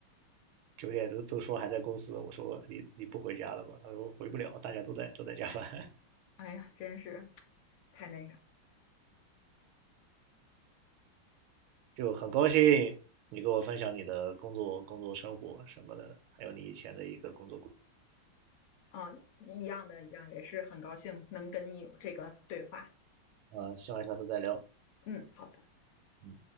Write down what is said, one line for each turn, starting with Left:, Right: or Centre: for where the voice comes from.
Right: 九点都都说还在公司，我说你你不回家了吧？他说回不了，大家都在都在加班，<laughs>
Left: 哎呀，真是太那个。
Right: 就很高兴你跟我分享你的工作、工作生活什么的，还有你以前的一个工作故事，
Left: 啊，一样的，一样，也是很高兴能跟你有这个对话。
Right: 嗯，希望下次再聊。
Left: 嗯，好的。
Right: 嗯